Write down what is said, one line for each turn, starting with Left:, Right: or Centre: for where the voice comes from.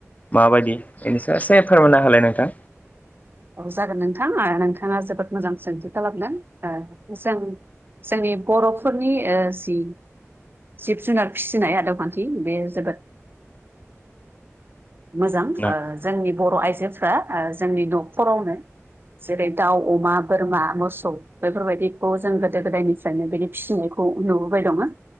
Left: माबायदि बेनि सायाव एसे फोरमायना होलाय नोंथां?
Right: औ जागोन नोंथां ओ नोंथाङा जोबोद मोजां सोंथि खालामदों ओ जों जोंनि बर'फोरनि ओ जि जिब जुनार फिसिनाय आदबखान्थि बे जोबोद मोजां
Left: न
Right: ओ जोंनि बर' आइजोफ्रा ओ जोंनि न'खरावनो जेरै दाउ, अमा, बोरमा, मोसौ बेफोरबायदिखौ जों गो गोदो गोदायनिफ्रायनो बिदि फिसिनायखौ नुबोबाय दङो